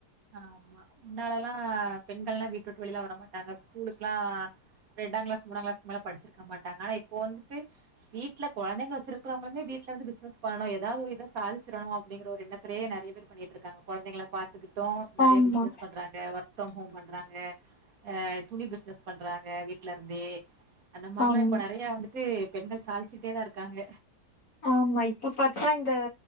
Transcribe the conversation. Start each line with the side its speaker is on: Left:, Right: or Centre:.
Right: ஆமா முன்னாலலாம் பெண்கள் எல்லாம் வீட்டு விட்டு வெளியிலாம் வரமாட்டாங்க ஸ்கூலுக்குலாம் ரெண்டா கிளாஸ் மூணா கிளாஸ்க்கு மேல படிச்சிருக்க மாட்டாங்க ஆனா இப்போ வந்துட்டு வீட்டுல குழந்தைங்க வச்சிருக்கிறவங்களுமே வீட்டுல வந்து பிசினஸ் பண்ணணும் ஏதாவது ஒரு இதை சாதிச்சிடணும் அப்படிங்கிற ஒரு எண்ணத்தலயே நிறைய பேர் பண்ணிட்டு இருக்காங்க குழந்தைங்களை பாத்துக்கிட்டு <unintelligible> நிறைய
Left: ஆமா,
Right: பிசினஸ் பண்றாங்க ஒர்க் ப்ரம் ஹோம் பண்றாங்க ஹ துணி பிசினஸ் பண்றாங்க ஆ வீட்டு்ல இருந்தே அந்த மாதிரல்லாம்
Left: ஆமா.
Right: இப்ப நிறைய வந்துட்டு பெண்கள் சாதிசிட்டே தான் இருக்காங்க
Left: ஆமா இப்ப பாத்தா இந்த